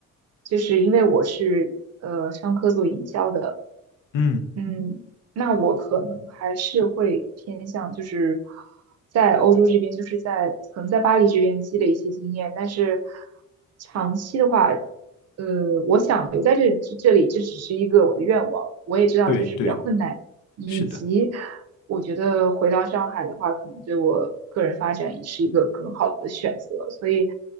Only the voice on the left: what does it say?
嗯。
对对，
是的。